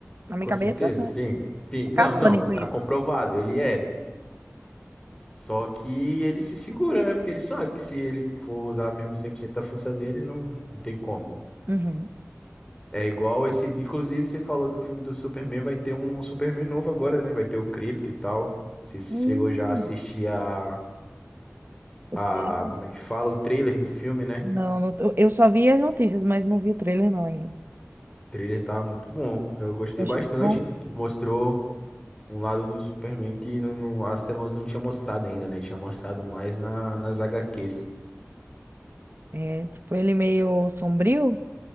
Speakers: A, on the right; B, on the left.
A: Na minha
B: com
A: cabeça,
B: certeza,
A: né?
B: sim. Sim,
A: É
B: não,
A: canônico
B: não, tá
A: isso.
B: comprovado. Ele é. Só que ele se segura, né? Porque ele sabe que se ele for usar mesmo 100% da força dele, não, não tem como.
A: Uhum.
B: É igual esse. Inclusive, você falou do filme do Superman, vai ter um Superman novo agora, né? Vai ter o Krypto e tal. Você chegou
A: Hum,
B: já a assistir a,
A: o
B: a.
A: trailer.
B: Como é que fala? O trailer do filme, né?
A: Não, não tô- eu só vi as notícias, mas não vi o trailer não ainda.
B: O trailer tá muito bom. Eu gostei
A: Eu achei
B: bastante.
A: bom.
B: Mostrou um lado do Superman que não, não- as telas não tinha mostrado ainda, né? Tinha mostrado mais na, nas HQs.
A: É, tipo, ele meio sombrio.